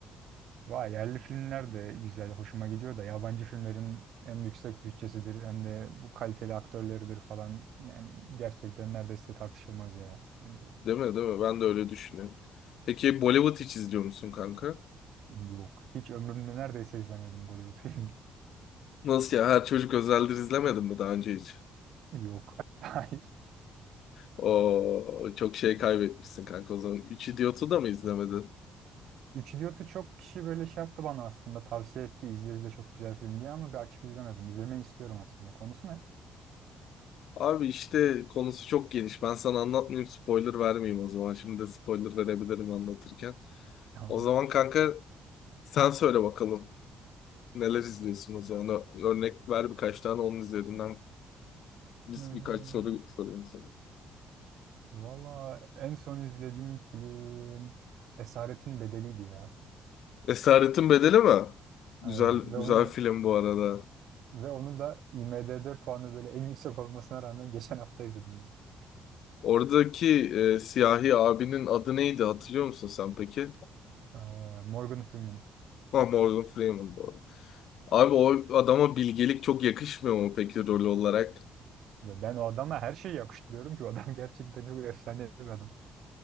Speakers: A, on the right; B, on the left.
A: Vay yerli filmler de güzel, hoşuma gidiyor da yabancı filmlerin hem yüksek bütçesidir hem de bu kaliteli aktörleridir falan. Yani gerçekten neredeyse tartışılmaz ya bence.
B: Değil mi değil mi? Ben de öyle düşünüyorum. Peki Bollywood hiç izliyor musun kanka?
A: Yok. Hiç ömrümde neredeyse izlemedim Bollywood filmi.
B: Nasıl ya? Her çocuk özeldir izlemedin mi daha önce hiç?
A: Yok. <laughs> Hayır.
B: O çok şey kaybetmişsin kanka o zaman. Üç Idiot'u da mı izlemedin?
A: Üç Idiot'u çok kişi böyle şey yaptı bana aslında tavsiye etti izle izle çok güzel film diye ama bir açıp izlemedim. İzlemeyi istiyorum aslında. Konusu ne? <laughs>
B: Abi işte konusu çok geniş. Ben sana anlatmayayım, spoiler vermeyeyim o zaman. Şimdi de spoiler verebilirim anlatırken.
A: Tamam.
B: O zaman kanka sen söyle bakalım. Neler izliyorsun o zaman? Ö- Örnek ver birkaç tane onun üzerinden. Biz
A: Hmm,
B: birkaç soru sorayım sana.
A: Valla en son izlediğim film Esaretin Bedeli'ydi ya.
B: Esaretin Bedeli mi? Güzel
A: Aynen.
B: güzel
A: Ve onu da
B: film bu arada.
A: Ve onu da IMDb puanı böyle en yüksek olmasına rağmen geçen hafta izledim.
B: Oradaki e, siyahi abinin adı neydi hatırlıyor musun sen peki?
A: Ee, Morgan Freeman.
B: Ha, Morgan Freeman doğru. Abi o adama bilgelik çok yakışmıyor mu peki rol olarak?
A: Ya ben o adama her şeyi yakıştırıyorum ki o adam <laughs> gerçekten çok efsane bir adam.